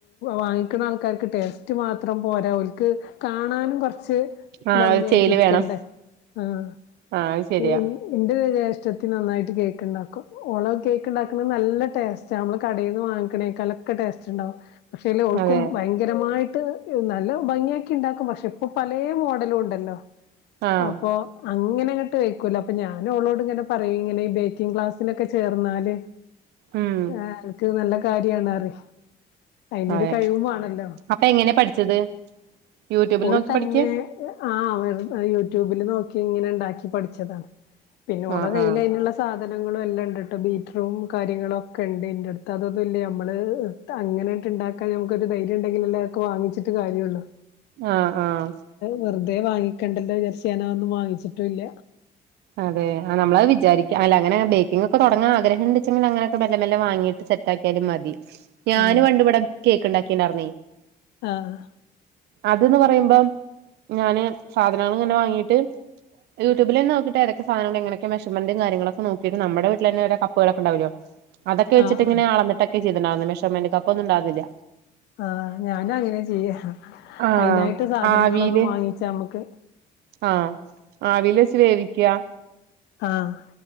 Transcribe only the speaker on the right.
ആഹ്
ഒരു ചെയ്ല്
വേണം
ആഹ് അത് ശരിയാ
അതെ
ആഹ്
ഉം
അതെ
അപ്പൊ എങ്ങനെ പഠിച്ചത് യൂട്യൂബിൽ
നോക്കി
പഠിക്ക
ആഹ്
ആഹ്
ആഹ് ആഹ്
അതെ ആ നമ്മളത് വിചാരിക അല്ല അങ്ങനെ ബേക്കിങ്ങൊക്കെ തൊടങ്ങാ ആഗ്രഹണ്ട്ച്ചങ്കി അങ്ങനൊക്കെ മെല്ലെ മെല്ല വാങ്ങിട്ട് സെ റ്റാക്കിയാലും മതി ഞാന്
പണ്ട് ഇവടെ കേക്ക് ഇണ്ടാക്കിണ്ടാർന്നെ
അത് ന്ന് പറയുമ്പം ഞാന് സാധനങ്ങള് ഇങ്ങനെ വാങ്ങീട്ട് യൂട്യബിലെന്നെ നോക്കി ഏതൊക്കെ സാധങ്ങളെങ്ങനെക്കെ മേശർമെന്റും കാര്യങ്ങളൊക്കെ നോക്കിട്ട് നമ്മടെ വീട്ടിലന്നെ ഓരോ കപ്പുകളൊക്കെ ണ്ടാവല്ലോ അതൊക്കെ വെച്ചിട്ടിങ്ങനെ
അളന്നിട്ടൊക്കെ ചെയ്തിണ്ടാർന്നെ മെഷർമെന്റ് കപ്പൊന്നും ണ്ടാർന്നില്ല
ആഹ്
ആവിയില്
ആഹ് ആവിലെച്ച് വേവിയ്ക്ക